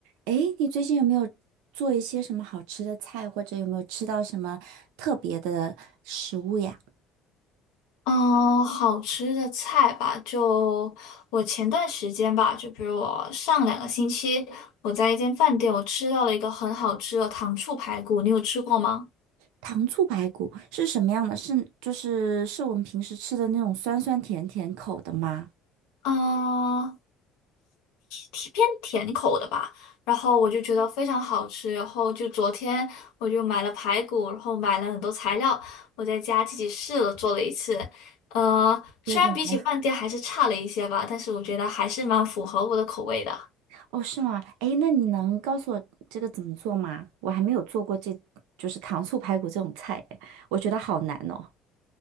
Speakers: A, on the right (about 85°); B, on the left (about 80°).
A: 诶，你最近有没有做一些什么好吃的菜，或者有没有吃到什么特别的食物呀？
B: 嗯，好吃的菜吧，就我前段时间吧，就比如我上两个星期，我在一间饭店，我吃到了一个很好吃的糖醋排骨，你有吃过吗？
A: 糖醋排骨是什么样的？是就是是我们平时吃的那种酸酸甜甜口的吗？
B: 嗯，偏偏甜口的吧，然后我就觉得非常好吃，然后就昨天我就买了排骨，然后买了很多材料，我在家自己试了做了一次，呃，虽然比起饭店还是差了一些吧，
A: 觉得怎么样？
B: 但是我觉得还是蛮符合我的口味的。
A: 哦，是吗？诶，那你能告诉我这个怎么做吗？我还没有做过这，就是糖醋排骨这种菜耶，我觉得好难哦。